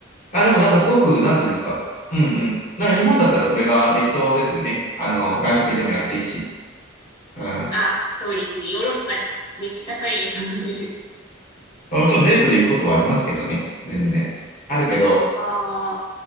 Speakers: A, on the left; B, on the left.
A: あ、でもなんかすごく、なんていうんですか。うんうん。なんか日本だったらそれができそうですよね。あの、外食行っても安いし。うん。ま
B: あ、そうですね。ヨーロッパめっちゃ高いですもんね。
A: あもちろんデートで行くことはありますけどね。全然。あるけど、
B: ああ、